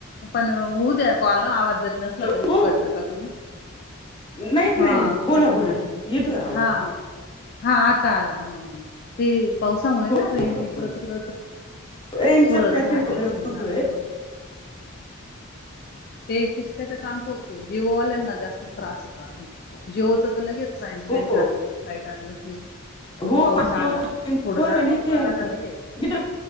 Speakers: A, on the left; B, on the left.
A: पण होऊ द्या कॉल आवाज जरी नसला
B: हो
A: तरी कट नका करू.
B: नाही
A: हा
B: नाही नाही बोला
A: तेच
B: बोला
A: ना
B: येतोय आवाज
A: हा. हा आता आला ह ते पावसामुळे
B: बोला
A: ना रेंज इकडं
B: बोला
A: तिकड
B: यांचा
A: सोडत
B: काहीतरी
A: राहते
B: प्रॉब्लेम
A: स
B: होतोय
A: हा ते. जओल्यांना जास्त त्रास होत अजून जिओ तर लगेच राें-
B: हो
A: <unintelligible> ईट आण नस
B: हो
A: पाऊस
B: जो
A: आला थोडसा
B: पण आणि
A: पाऊस आला का लगेल.
B: मी तर